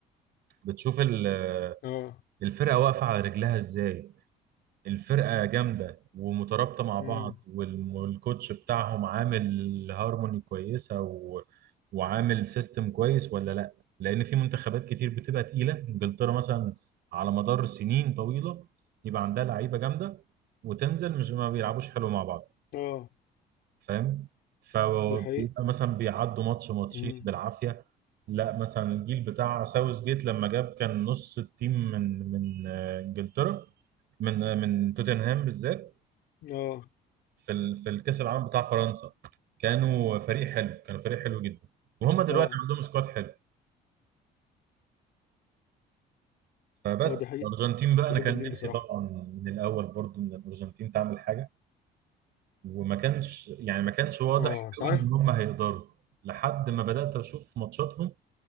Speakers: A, on the right (about 70°); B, on the left (about 70°).
A: بتشوف ال-
B: اه
A: الفرقه واقفه على رجلها ازاي الفرقة جامدة ومترابطة مع بعض
B: امم
A: والم- والكوتش بتاعهم عامل هارموني كويسة و... وعامل سيستم كويس ولا لا لأن في منتخبات كتير بتبقى تقيلة إنجلترا مثلا على مدار سنين طويلة يبقى عندها لعيبة جامدة وتنزل مش ما بيلعبوش حلو مع بعض
B: اه
A: فاهم فبيبقى
B: دي حقيقة
A: مثلا بيعدوا ماتش ماتشين
B: امم
A: بالعافيه لا مثلا الجيل بتاع ساوث جيت لما جاب كان نص التيم من من آه، انجلترا من آه، من توتنهام بالذات
B: اه
A: في ال- في الكاس العالم بتاع فرنسا كانوا فريق حلو كانوا فريق حلو جدا وهم دلوقتي
B: اه
A: عندهم سكواد حلو فبس
B: اه دي حقيقة
A: الارجنتين بقى
B: كلهم
A: انا كان
B: جامدين
A: نفسي
B: بصراحة
A: طبعا من الاول برضو ان الارجنتين تعمل حاجه وما كانش يعني ما كانش واضح
B: اه انت
A: قوي
B: عارف
A: ان هم هيقدروا لحد ما بدات اشوف ماتشاتهم